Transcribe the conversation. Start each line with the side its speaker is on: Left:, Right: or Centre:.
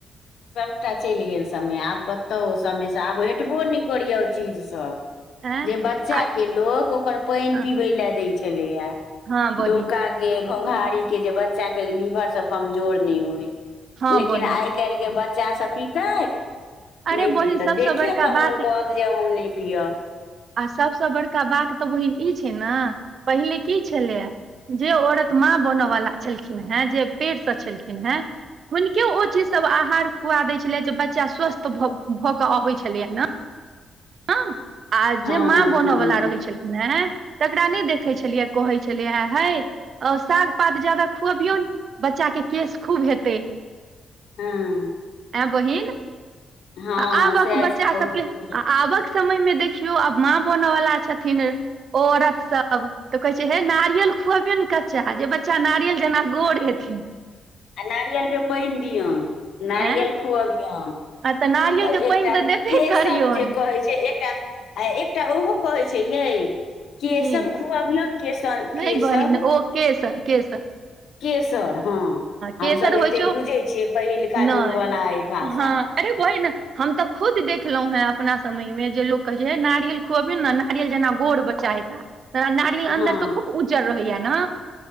Left: सभटा चलि गेल समय आब कतहु ओ समयसँ आब भेटबो नहि करैए ओ चीज सभ।
Right: एं
Left: जे बच्चाके
Right: आ
Left: लोक ओकर पानि
Right: हँ
Left: पीबै लए दै छलैया
Right: हँ बहिन
Left: डोका के घुँघारी के, जे बच्चाके लीवर सब कमजोर नहि होय
Right: हँ
Left: लेकिन
Right: बहिन
Left: आइ काल्हि बच्चा सब पीतै?
Right: अरे
Left: नहि
Right: बहिन
Left: पीतै,
Right: सबसँ
Left: देखे
Right: बड़का
Left: कऽ
Right: बात
Left: मोन कहत जेब हम नहि पियब
Right: आ सभसँ बड़का बात तऽ बहिन ई छै ने, पहिले की छलै जे औरत माँ बनय वला छलखिनहेँ, जे पेटसँ छलखिनहेँ हुनके ओ चीज सभ आहार खुआ दैत छलै जे बच्चा स्वस्थ भऽ कऽ अबैत छलैय ने! हँ, आ
Left: हँ
Right: जे माँ बनऽवला
Left: हँ
Right: रहैत छलखिन ने तकरा नहि देखै छलियै कहै छलिय हइ! आओ साग पात ज्यादा खुअबियौन, बच्चाके केश खूब हेतै।
Left: हँ
Right: ऐं बहिन
Left: हँ
Right: आ आबक
Left: सएह
Right: बच्चा
Left: छै बहुत
Right: सबके, आ आबक समयमे देखियौ आब माँ बनवला छथिनहे औरत सभ तऽ कहै छै हे नारियल खुएबियौन कच्चा जे बच्चा नारियल जेना गोर हेथिन!
Left: आ नारियलके पैन दियौन नारियल
Right: ऐं
Left: खुअबियौं
Right: आ तऽ नारियलके
Left: एकटा
Right: पानि तऽ देबे
Left: केशव
Right: करियौन
Left: जे कहै छै एकटा आ एकटा ओहो कहै छै ये केशव
Right: की
Left: खुआबियौ केशव
Right: नहि
Left: केशव
Right: बहिन ओ केसर केसर
Left: केसर हँ
Right: केसर
Left: हमसभ एते
Right: होइ छै
Left: बुझै छियै पहिलका
Right: नहि
Left: जुगवाला अ भाषा
Right: हँ अरे भहि ने हम तऽ खुद देखलहुं हें अपना समय मे जे लोक कहै छै हे नारियल खुअबियौ ने नारियल जेना गोर बच्चा हेता नारियल अन्दर
Left: हँ
Right: सऽ खूब उज्जर रहैया ने